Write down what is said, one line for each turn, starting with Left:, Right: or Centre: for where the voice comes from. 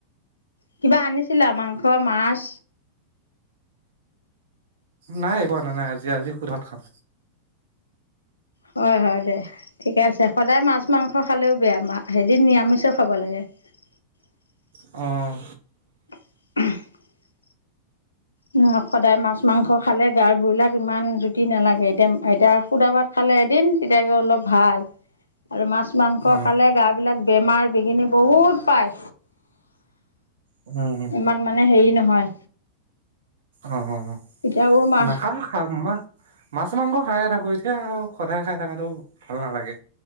Left: কিবা আনিছিলা মাংস, মাছ?
Right: নাই একো অনা নাই আজি আজি সুদা ভাত খাম।
Left: হয় হয় দে, ঠিকে আছে সদায় মাছ, মাংস খালেও বেয়া মা এদিন নিৰামিষেও খাব লাগে। <unintelligible>
Right: অঁ।
Left: <unintelligible> ন সদায় মাছ- মাংস খালে গাৰ বইলাক ইমান জুতি নালাগে এতিয়া এতিয়া সুদা ভাত খালে বুলে এদিন তেতিয়াহে অলপ ভাল, আৰু মাছ মাছ -মাংস
Right: অ
Left: খালে গাবিলাক বেমাৰ বিঘিনি বহুত পায়।
Right: উম,
Left: ইমান মানে হেৰি নহয়।
Right: অ অ অ,
Left: এতিয়াও মাছ
Right: নাখা খাম মা মাছ -মাংস খাই থাকো কৰি উঠে আৰু সদায় খাই থকাটো ভাল নালাগে।